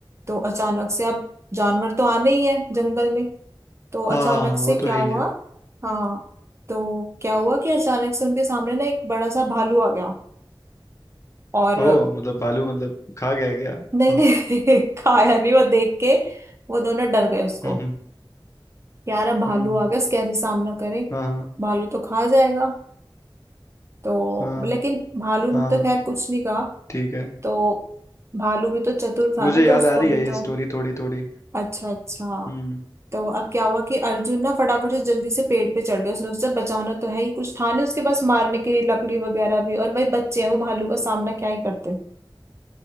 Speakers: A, on the right; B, on the left.
A: तो अचानक से अब जानवर तो आने ही है जंगल में तो
B: हाँ
A: अचानक से
B: वो तो
A: क्या
B: है
A: हुआ
B: ही है
A: हाँ तो क्या हुआ कि अचानक से उनके सामने ना एक बड़ा सा भालू आ गया और
B: ओ मतलब बालू मतलब खा गया क्या
A: नहीं
B: हम्म
A: नहीं <laughs> खाया नहीं वो देख के वो दोनों डर गए उसको
B: हम्म हम्म
A: यार अब भालू
B: हम्म।
A: आ गया इसके कैसे सामना करें
B: हाँ
A: भालू तो खा जाएगा तो
B: हाँ
A: लेकिन
B: हाँ
A: भालू ने तो
B: हाँ,
A: खैर कुछ नहीं कहा
B: ठीक है
A: तो भालू भी तो चतुर था
B: मुझे
A: ना
B: याद
A: तो उसको
B: आ रही
A: भी
B: है ये
A: तो
B: स्टोरी थोड़ी थोड़ी
A: अच्छा अच्छा
B: हम्म
A: तो अब क्या हुआ कि अर्जुन ना फटाफट से जल्दी से पेड़ पे चढ़ गया उसने उससे बचाना तो है ही कुछ था नहीं उसके पास मारने के लिए लकड़ी वगैरह भी और भाई बच्चे हैं वो भालू का सामना क्या ही करते